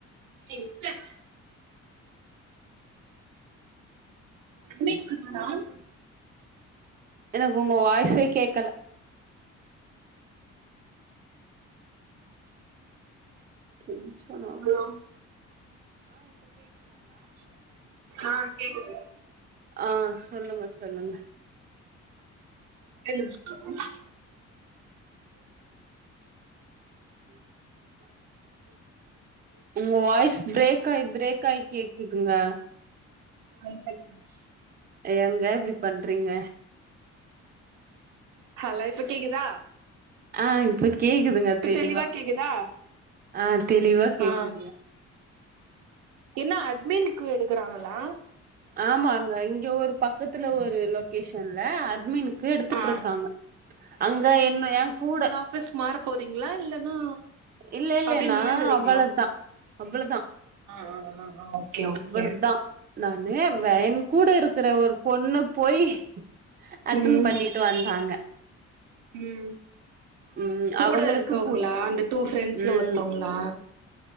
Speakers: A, on the right; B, on the right.
A: எங் க அட்மின்ஸுக்கு நான்
B: எனக்கு உங்க வாய்ஸே கேக்கல ம் டென்ஷனாவுது
A: ஹலோ ஆ கேக்குது
B: ஆ சொல்லுங்க சொல்லுங்க
A: <unintelligible>
B: உங்க வாய்ஸ் ப்ரேக் ஆயி ப்ரேக் ஆயி கேக்குதுங்க
A: ஒன் செகண்ட்
B: எங்க இப்டி பண்றீங்க
A: ஹலோ இப்போ கேக்குதா
B: ஆ இப்ப கேக்குதுங்க
A: இப்ப
B: தெளிவா
A: கேக்குதா
B: ஆ தெளிவா கேக்குதுங்க
A: ஆ என்ன அட்மினுக்கு எடுக்குறாங்களா
B: ஆமாங்க இங்க ஒரு பக்கத்துல ஒரு லொகேஷன்ல அட்மினுக்கு எடுத்துட்ருக்காங்க
A: ஆ
B: அங்க இன்னு ஏ கூட
A: ஆபிஸ் மாற போறீங்ளா இல்லன்னா
B: இல்ல இல்ல
A: அப்டியே
B: நா
A: நின்னுடுவீங்களா
B: அவ்வளதா அவ்ளதா
A: ஆ ஆ ஆ ஓகே ஓகே
B: அவ்வளதா நானு வயன் கூட இருக்கற ஒரு பொண்ணு போய் அட்டன்
A: ம்
B: பண்ணிட்டு வந்தாங்க
A: ம்
B: ம்
A: கூட
B: அவங்களுக்கு
A: இருக்கவுங்ளா
B: புடு
A: அந்த டூ ஃபிரெண்ட்ஸ்ல
B: ம்
A: ஒருத்தவுங்ளா